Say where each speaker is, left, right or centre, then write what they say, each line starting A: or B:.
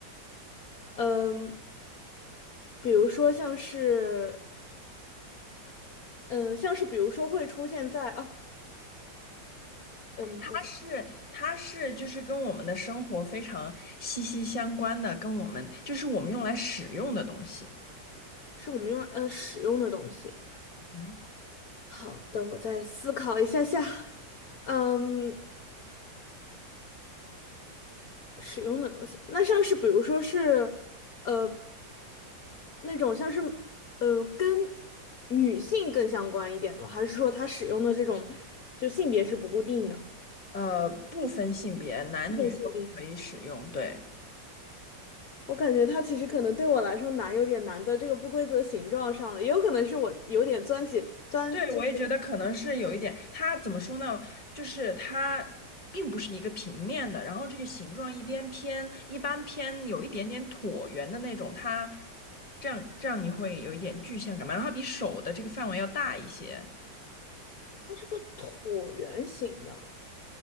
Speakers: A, on the left; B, on the left.
A: 嗯，比如说像是，嗯，像是比如说会出现在哦，嗯，
B: 它是它是就是跟我们的生活非常息息相关的，
A: 我想
B: 跟我们就是我们用来使用的东西。
A: 是我们用呃使用的东西。
B: 嗯
A: 好的，我再思考一下下。嗯，使用的东西，那像是比如说是，呃，那种像是，呃，跟女性更相关一点的吗，还是说它使用的这种就性别是不固定的？
B: 呃，不分性别，男女都可以使用，
A: 部分性别。
B: 对。
A: 我感觉它其实可能对我来说难，有点难在这个不规则形状上了，也有可能是我有点钻起钻，
B: 对，
A: 就是
B: 我也觉得可能是有一点，它怎么说呢？就是它并不是一个平面的，然后这个形状一边偏一般偏有一点点椭圆的那种，它这样这样你会有一点具象感嘛？然后它比手的这个范围要大一些，
A: 它是个椭圆形的，